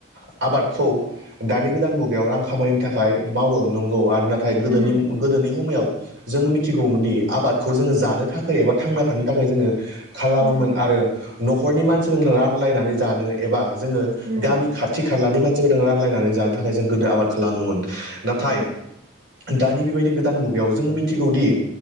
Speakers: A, on the right (about 60°); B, on the right (about 80°).
A: ओ आबादखौ दानि गोदान मुगायाव रां खामानिनि थाखाय मावो नंगौ आरो ना नाथाय गोदोनि
B: उम
A: गोदोनि हमैयाव जोङो मिथिगौमोनदि आबादखौ जोङो जानो थाखाय एबा थांना थानो थाखाय जोङो खालामोमोन
B: उम
A: आरो न'खरनि मानसिजों रानलायनानै जानो एबा जोङो
B: उम
A: गामि खाथि खालानि मानसिफोरजों रानलायनानै जानो थाखाय जों गोदो आबाद खालामोमोन । नाथाय
B: उम
A: दानि बेबायदि गोदान मुगायाव जोङो मिथिगौदि